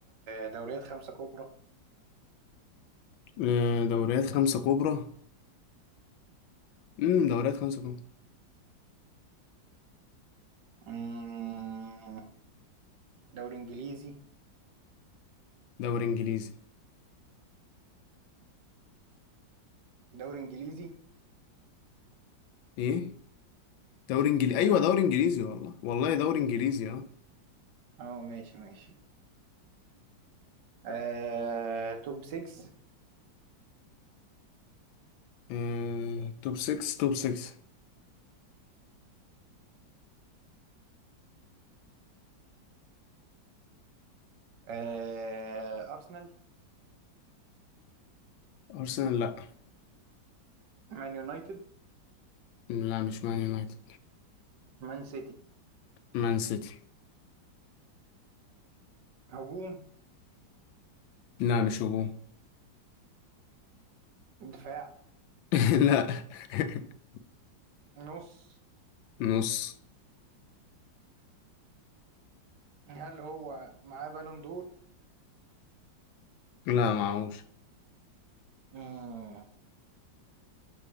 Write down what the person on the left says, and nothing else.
آه، دوريات خمسه كبرى امم دوريات خمسه كبرى
دوري انجليزي
ايه دوري انجليزي
ايوه
دوري
انجليزي
والله والله دوري انجليزي اه
آه، توب 6 توب 6
ارسنال لا
لا مش مان يونايتد
مان سيتي
لا مش هجوم
<laughs> لا <laughs>
نص
لا معهوش